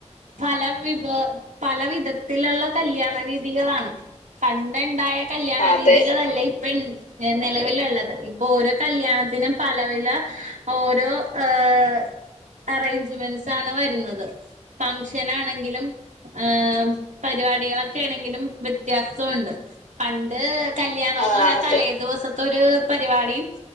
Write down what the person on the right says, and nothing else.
പല വിഭ പല വിധത്തിലുള്ള കല്യാണ രീതികളാണ് പണ്ട് ഇണ്ടായ കല്യാണ
രീതികളല്ലേ നെലവിലുള്ളത് ഇപ്പൊ ഓരോ കല്യാണത്തിന് പലവില ഓരോ ആഹ് അറേഞ്ച്മെന്റ്സ് ആണ് വരുന്നത് ഫംഗഷൻ ആണെങ്കിലും ആഹ് പരിപാടികളൊക്കെ ആണെങ്കിലും വ്യത്യാസം ഒണ്ട് പണ്ട് കല്യാണണംന്ന്
പറഞ്ഞാ
തലേ ദിവസം ഒരു പരിപാടിയും